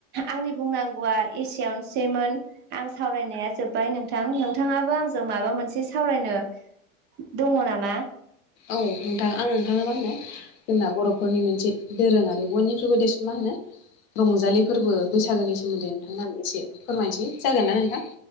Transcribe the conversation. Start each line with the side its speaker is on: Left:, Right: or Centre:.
Right: आंनि बुंनांगौआ एसेयावनोसैमोन आं सावरायनाया जोब्बाय नोंथां नोंथाङाबो आंजों माबा मोनसे सावरायनो दङ नामा?
Left: औ नोंथां आं नोंथाङा मा होनो जोंना बर'फोरनि मोनसे दोरोङारि बयनिख्रुबो देरसन मा होनो रंजालि फोरबो बैसागोनि सोमोन्दै नोंथांनाबो एसे फोरमायनोसै जागोन ना नोंथां?